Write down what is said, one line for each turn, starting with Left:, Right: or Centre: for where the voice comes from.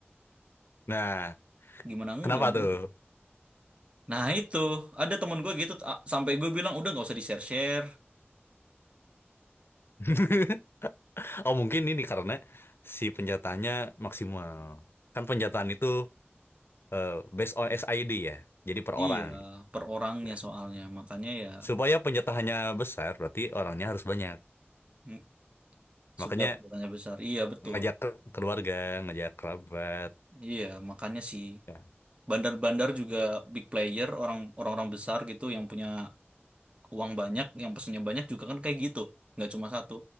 Left: Nah,
Right: Gimana enggak,
Left: kenapa
Right: bro?
Left: tuh?
Right: Nah itu, ada temen gue gitu, a- sampai gue bilang udah nggak usah di-share-share.
Left: <laughs> Oh mungkin ini karena si penjataannya maksimal. Kan penjataan itu eh, based on SID ya. Jadi per
Right: Iya,
Left: orang.
Right: per orangnya
Left: Nah,
Right: soalnya. Makanya ya
Left: supaya penjatahannya besar berarti orangnya harus banyak.
Right: mm,
Left: Makanya
Right: supaya perusahaannya besar. Iya, betul.
Left: ngajak ke keluarga, ngajak kerabat.
Right: Iya, makanya sih
Left: Ya.
Right: bandar-bandar juga big player, orang orang-orang besar gitu yang punya uang banyak, yang pesennya banyak juga kan kayak gitu. Nggak cuma satu.